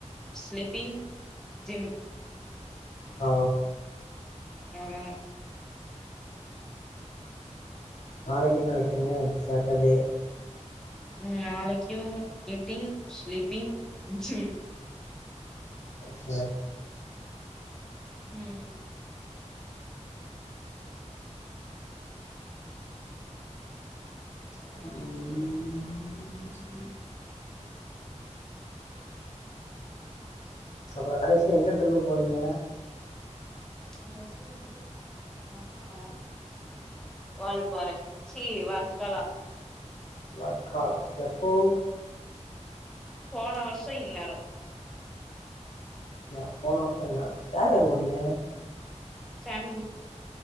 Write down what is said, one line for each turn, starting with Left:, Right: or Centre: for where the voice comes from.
Centre: ஸ்லீப்பிங் ஜிம்
Left: ஆ
Centre: அவ்ளோதா
Left: நாளைக்கு என்ன விட்டீங்க சாட்டர்டே
Centre: ம் நாளைக்கும் ஈட்டிங் ஸ்லீப்பிங் ஜிம்
Left: சரி
Centre: ம்
Left: ம் அப்பறோ கடைசியா எங்க ட்ரிப்பு போனீங்க
Centre: கடசியா எங்க ட்ரிப்பு போனோன்னா வால்பாற சி வர்க்கலா
Left: வர்க்காலா எப்போ
Centre: போன வருஷோ இன்நேரோ
Left: நா போன வர்ஷோன்னா யார் யார் போனீங்க
Centre: ஃபேமிலி